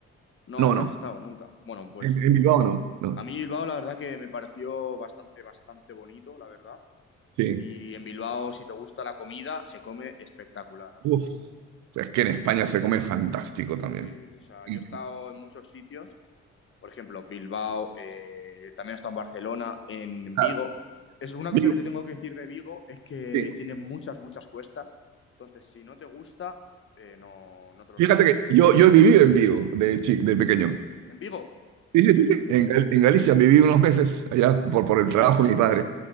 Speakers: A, on the left (about 45°); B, on the right (about 80°).
A: No,
B: No,
A: no
B: no.
A: has estado nunca. Bueno, pues
B: En, en Bilbao no. No.
A: a mí Bilbao la verdad que me pareció bastante, bastante bonito, la verdad.
B: Sí.
A: Y en Bilbao, si te gusta la comida, se come espectacular, o
B: Uf,
A: sea,
B: es que en España se come fantástico también.
A: sí, o sea,
B: Y,
A: yo he estado en muchos sitios. por ejemplo, Bilbao, eh, también he estado en Barcelona, en
B: claro,
A: Vigo. Es una
B: Vigo,
A: cosa que te tengo que decir de Vigo es que
B: sí.
A: tiene muchas, muchas cuestas. Entonces, si no te gusta, eh, no, no te lo
B: Fíjate
A: recomiendo.
B: que
A: por-
B: yo, yo he vivido en Vigo de, chi- de pequeño.
A: En Vigo,
B: Sí, sí, sí,
A: fíjate.
B: sí. En, Gal- en Galicia viví unos meses allá por, por el trabajo de mi padre